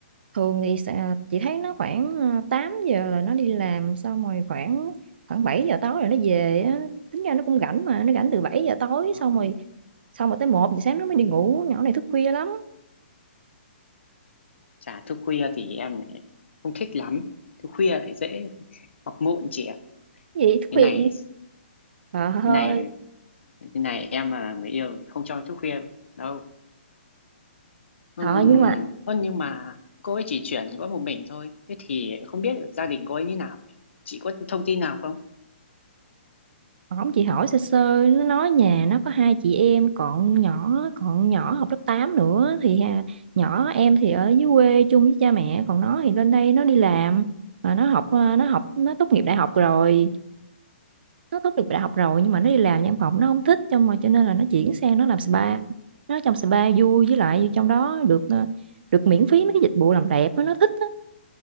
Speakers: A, on the right (about 60°); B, on the left (about 80°).
A: thường thì sẽ- chị thấy nó khoảng ờ, 8 giờ là nó đi làm xong rồi khoảng khoảng 7 giờ tối rồi nó về á tính ra nó cũng rảnh mà nó rảnh từ 7 giờ tối
B: Ờ,
A: xong rồi xong rồi tới một giờ sáng nó mới đi ngủ nhỏ này thức khuya lắm
B: chả thức khuya thì em lại không thích lắm thức khuya lại dễ học muộn chị ạ
A: Cái gì thức
B: cái
A: khuya
B: này
A: trời ơi
B: cái này cái này em mà người yêu thì không cho thức khuya đâu Ừm,
A: trời nhưng mà
B: ơ nhưng mà cô ấy chỉ chuyển có một mình thôi thế thì không biết được gia đình cô ấy như nào chị có thông tin nào không
A: ổng chị hỏi sơ sơ nó nói nhà nó có hai chị em còn nhỏ còn nhỏ học lớp 8 nữa thì ha, nhỏ em thì ở dưới quê chung với cha mẹ còn nó thì lên đây nó đi làm mà nó học ờ, nó học nó tốt nghiệp đại học rồi nó tốt nghiệp đại học rồi nhưng mà nó đi làm văn phòng nó không thích cho mà cho nên là nó chuyển sang nó làm spa nó trong spa vui với lại trong đó được ờ, được miễn phí mấy cái dịch vụ làm đẹp á, nó thích á.